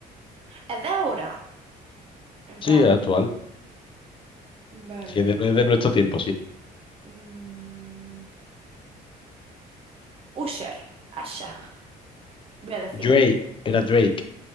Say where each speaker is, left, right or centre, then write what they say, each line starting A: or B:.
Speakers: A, on the right (about 35°); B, on the left (about 30°).
A: Es de ahora. En plan...
B: Sí, es actual.
A: Vale.
B: Sí, es de, es de nuestro tiempo, sí.
A: Mm, Usher. Asha. Voy a decir.
B: Drake, era Drake,